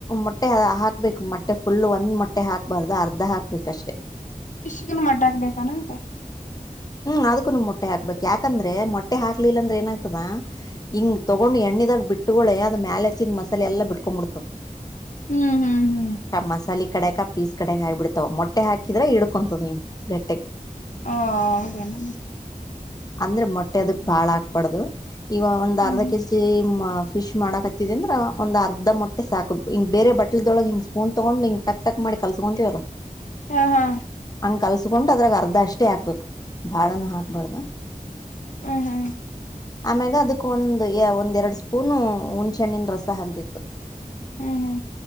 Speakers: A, on the left; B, on the left.
A: ಮೊಟ್ಟೆ ಹಾಕ್ಬೇಕು ಮೊಟ್ಟೆ ಫುಲ್ ಒಂದ್ ಮೊಟ್ಟೆ ಹಾಕ್ಬಾರ್ದು ಅರ್ಧ ಹಾಕ್ಬೇಕಷ್ಟೆ
B: ಫಿಶ್ ಗುನು ಮೊಟ್ಟೆಬೇಕೇನ ಅಕ್ಕಾ
A: ಹ್ಮ್ ಅದಕ್ಕೂಮ್ ಮೊಟ್ಟೆ ಹಾಕ್ಬೇಕಕ್ ಯಾಕಂದ್ರೆ ಮೊಟ್ಟೆ ಹಾಕ್ಲಿಲ್ಲ ಅಂದ್ರೆ ಏನಾಗ್ತದ ಹಿಂಗ ತಗೊಂಡ್ ಎಣ ಎಣ್ಣೆದಾಗ ಬಿಟ್ಟುಕುಡ್ಲೆ ಅದು ಮ್ಯಾಲ ಹಚ್ಚಿದ ಮಸಾಲೆ ಎಲ್ಲ ಬಿಟ್ಕೊಂಡ್ಬಿಡ್ತ
B: ಹ್ಮ್ ಹ್ಮ್ ಹ್ಮ್
A: ಮಸಾಲೆ ಕಡೆಕ ಪೀಸ್ ಕಡೆ ಹಾಗ್ಬಿಡ್ತಾವ ಮೊಟ್ಟೆ ಹಾಕಿ ಹಕಿದ್ರೆ ಹಿಡ್ಕೊಂತದ ಹಿಂಗ್ ಗಟ್ಟೆಗ್
B: ಹಾ ಹೌದೇನು
A: ಅಂದ್ರೆ ಮೊಟ್ಟೆ ಅದಕ್ ಬಾಳ ಹಾಕಬಾರದು ಈಗ ಒಂದ್
B: ಹ್ಮ್
A: ಅರ್ಧ
B: ಹ್ಮ್
A: ಕೆಜಿ ಫಿಶ್ ಮಾಡಕತ್ತಿದ ಅಂದ್ರ ಒಂದ ಅರ್ಧ ಮೊಟ್ಟೆ ಸಾಕು ಹಿಂಗ ಬೇರೆ ಬಟ್ಲ್ದೊಳಗೆ ಹಿಂಗ್ ಸ್ಪೂನ್ ತಗೊಂಡು ಹಿಂಗ್ ಟಕ್ಟಕ್ ಮಾಡಿ ಮಾಡಿ ಕಲ್ಸ್ಕೊಂತೀವಲ್ಲ
B: ಹಾ ಹಾ
A: ಹಂಗ ಕಲ್ಸ್ಕೊಂಡು ಅದ್ರಾಗ ಅರ್ಧ ಅಷ್ಟೇ ಹಾಕ್ಬೇಕು ಬಾಳನು ಹಾಕ್ಬಾರ್ದ
B: ಹ್ಮ್ ಹ್ಮ್
A: ಆಮ್ಯಾಗ ಅದಕ್ ಒಂದು್ ಒಂದ ಎರಡು ಸ್ಪೂನು ಹುಣ್ಸೆಣ್ಣನ್ ರಸ ಹಾಕ್ಬೇಕು
B: ಹ್ಮ್ ಹ್ಮ್ ಹ್ಮ್